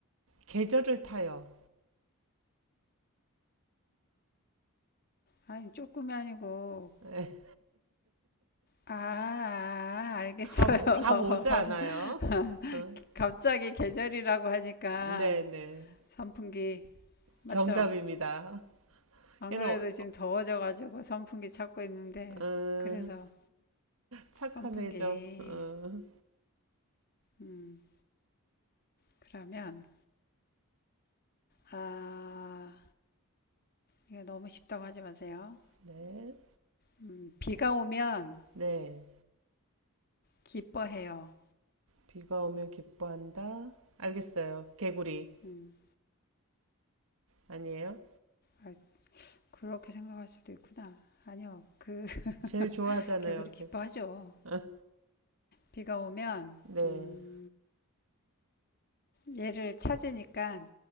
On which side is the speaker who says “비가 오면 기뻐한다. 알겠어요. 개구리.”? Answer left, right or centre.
Right